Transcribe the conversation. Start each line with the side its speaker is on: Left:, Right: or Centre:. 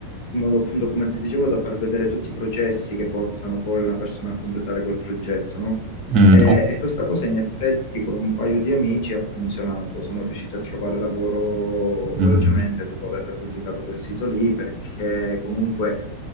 Left: in modo appunto, come ti dicevo, da far vedere tutti i processi che portano poi una persona a completare quel progetto, no?
Right: mm,
Left: E,
Right: ok,
Left: e questa cosa in effetti con un paio di amici ha funzionato. Sono riusciti a trovare lavoro velocemente
Right: mm.
Left: dopo aver pubblicato quel sito lì, perché comunque